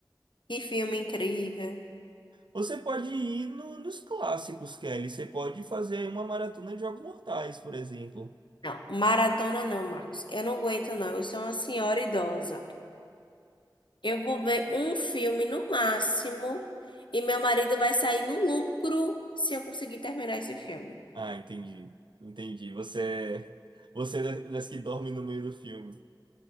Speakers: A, on the left (about 80°); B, on the right (about 75°).
A: Que filme incrível.
B: Você pode ir no- nos clássicos, Kelly. Você pode fazer uma maratona de Jogos Mortais, por exemplo.
A: Não, maratona não, Marcos. Eu não aguento, não. Eu sou uma senhora idosa. Eu vou ver um filme no máximo e meu marido vai sair no lucro se eu conseguir terminar esse filme.
B: Ah, entendi. Entendi. Você é, você é da- das que dorme no meio do filme.